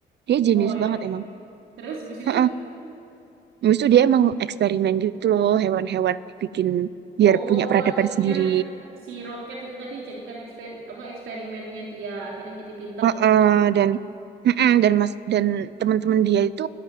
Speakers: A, on the right (about 60°); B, on the right (about 85°).
A: Dia jenius
B: Oh ya.
A: banget emang.
B: Terus habis itu?
A: <laughs> Habis itu dia emang eksperimen gitu loh, hewan-hewan dibikin biar
B: Oh,
A: punya peradaban
B: akhirnya
A: sendiri.
B: si Roket itu tadi jadikan eksper apa eksperimennya dia akhirnya jadi pinter.
A: Heeh, dan heeh, dan mas dan teman-teman dia itu